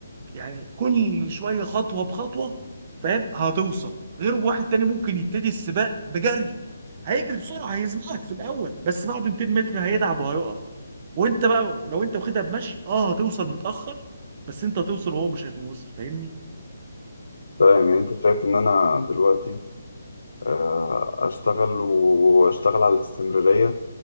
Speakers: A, on the right; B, on the left.
A: يعني كل شويه خطوه بخطوه فاهم هتوصل غير واحد تاني ممكن يبتدي السباق بجري هيجري بسرعه هيسبقك في الاول بس بعد 200 متر هيتعب وهيقف وانت بقى لو انت واخدها بمشي اه هتوصل متاخر بس انت هتوصل وهو مش هيكون وصل فاهمني
B: فاهم يعني أنت شايف إن أنا دلوقتي آه، أشتغل وأشتغل على الاستمرارية